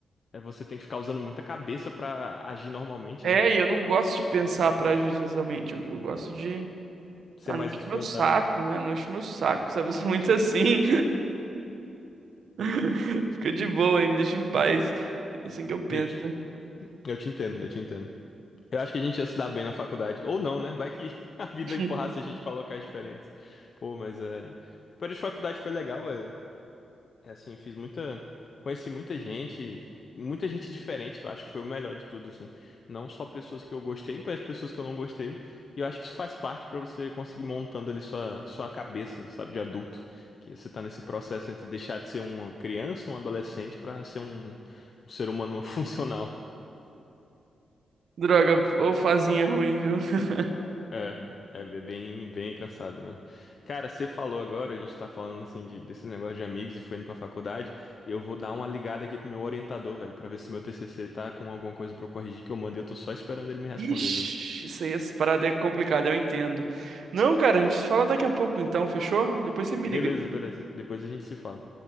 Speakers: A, on the left (about 50°); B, on the right (about 65°).
A: É, você tem que ficar usando muita cabeça pra agir normalmente,
B: É,
A: né?
B: e eu não gosto de pensar pra agir socialmente, eu, eu gosto de,
A: Ser
B: ah,
A: mais
B: não enche
A: espontâneo,
B: meu saco,
A: né?
B: né, não enche meu saco, sabe, eu sou muito assim. <laughs> Fica de boa aí, me deixa em paz. É assim que eu penso.
A: Eu te, eu te entendo, eu te entendo. Eu acho que a gente ia se dar bem na faculdade. Ou não, né? Vai que <laughs> a vida
B: <laughs>
A: empurrasse a gente pra locais diferentes. Pô, mas é. O período de faculdade foi legal, é. É assim, fiz muita. Conheci muita gente, muita gente diferente, que eu acho que foi o melhor de tudo, assim. Não só pessoas que eu gostei, mas pessoas que eu não gostei. E eu acho que isso faz parte pra você conseguir montando ali sua, sua cabeça, sabe, de adulto. Que você tá nesse processo entre deixar de ser uma criança, um adolescente, pra ser um, um ser humano <laughs> funcional.
B: Droga, ou fazinha é ruim, viu? <laughs>
A: É, é be- bem, bem cansado, velho. Cara, você falou agora, a gente tá falando assim de, desse negócio de amigos e foi indo pra faculdade, e eu vou dar uma ligada aqui pro meu orientador, velho, pra ver se meu TCC tá com alguma coisa pra eu corrigir que eu mandei, eu tô só esperando ele me responder,
B: Ixi,
A: velho.
B: isso aí, essas paradas é complicada, eu entendo. Não, cara, a gente se fala daqui a pouco então, fechou? Depois você me
A: Beleza,
B: liga.
A: beleza. Depois a gente se fala.